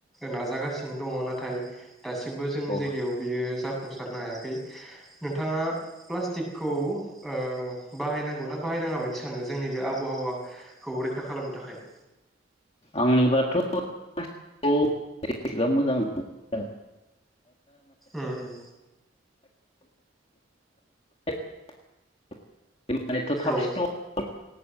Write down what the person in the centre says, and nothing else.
नाजागासिनो दङ नाथाय दासिमबो जोंनि
जायगायाव बियो जा फुंसारनो हायाखै नोंथाङा प्लास्टिकखौ ओ बाहायनांगौ ना बाहायनाङा बायदि सानो जोंनि बे आबहावाखौ रैखा खालामनो थाखाय
उम उम
औ